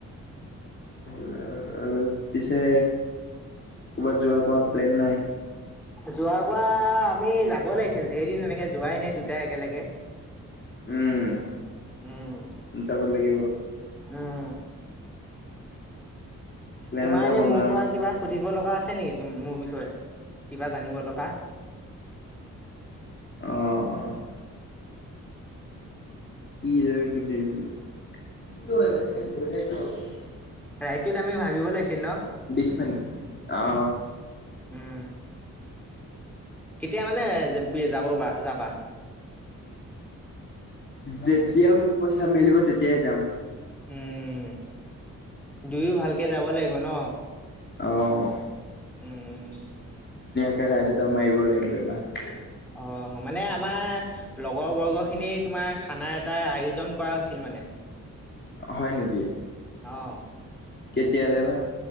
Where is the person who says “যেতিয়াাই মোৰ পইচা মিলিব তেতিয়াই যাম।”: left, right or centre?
Left